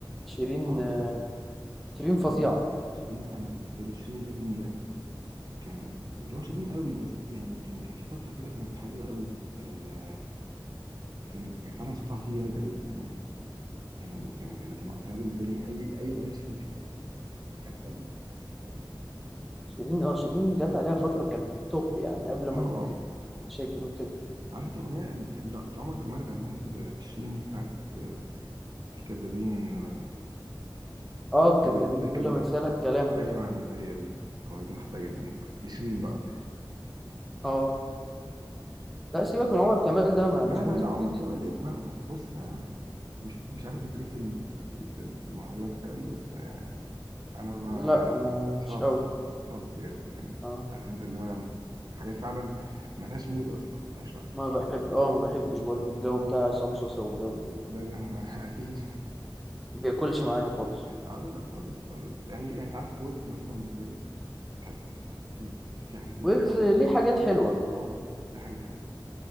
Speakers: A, in the centre; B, on the right.
A: شيرين
B: اه
A: آه، شيرين
B: شيرين
A: فظيعه
B: شيرين انا بالنسبه لي شيرين القديم ده كان اللي هو مش قديم قوي بس يعني كان كان في فترة كده كانت حلوة قوي آه كان كان فعلا صوتها فيه جامد قوي يعني يعني كان كان كان وقتها بالنسبة لي أي أي أغنية لشيرين كانت كانت كانت في حتة تانية
A: شيرين اه شيرين جت عليها فتره كانت توب يعني قبل ما
B: اه اه
A: تشكل وكده
B: عارف انت الأغنية الل- اللي عمر كمال غناها ل- لشيرين بتاعت آه، الكدابين آه،
A: اه
B: بطلوا
A: الكدابين
B: يبتكروا
A: كل ما انسالك كلامك
B: أيوة هي دي الأغنية دي أنا بحبها جدا لشيرين بقى أكتر
A: اه لا سيبك من عمر كمال ده ما
B: لا
A: مش
B: لا
A: مطرب
B: لا عمر
A: اساسا
B: كمال إيه أنا بص بقى أنا مش مش عارف أنت ليك في ال- في ال- في ال- في المهرجانات والكلام ده بس يعني انا ما
A: لا ما
B: خالص
A: مش قوي
B: خالص بجد يعني
A: آه.
B: عارف انت اللي هو حاجات فعلا ملهاش مود اصلا ملهاش وقت
A: ما بحب اه ما بحبش برضو الجو بتاع عصام صاصا والجو ده ما
B: لا لا ما <laughs> فيش
A: بياكلش معايا خالص
B: اه لا لا خالص خالص يعني يعني انت عارف ويجز مثلا بالنسبه لي حلو في في في حاجات ويجز
A: ويجز
B: حلوه
A: ليه حاجات حلوة
B: اه دي حاجات حلوه